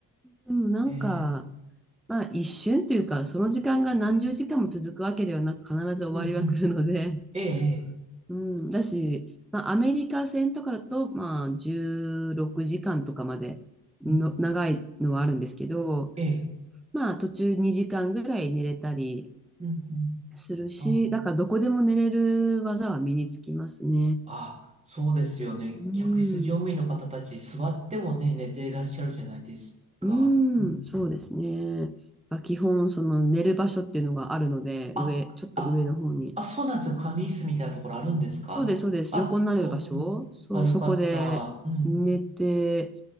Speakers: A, in the centre; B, on the right.
A: でもなんか、
B: ええ
A: まあ一瞬というか、その時間が何十時間も続くわけではなく、必ず終わりは来るので、
B: うんうん。ええええ
A: <laughs> うん、だし、まあアメリカ戦とかだと、まあ16時間とかまでの長いのはあるんですけど、
B: うんええ
A: まあ途中2時間ぐらい寝れたり
B: うんうん。
A: するし、
B: あ、
A: だからどこでも寝れる技は身につきますね。
B: あ、そうですよね。
A: うん、
B: 客室乗務員の方たち、座ってもね、寝ていらっしゃるじゃないですか。
A: う
B: うん
A: ん、そうですね。まあ基本、その寝る場所っていうのがあるので、
B: あ、
A: 上、ちょっと上の方に。
B: あ、あ、そうなんですよ。仮眠室みたいなところあるんですかあ、
A: そうです、そうです。横になる場所。
B: そう。うん。
A: そう、
B: あ、よかった。
A: そこで寝て、
B: うん。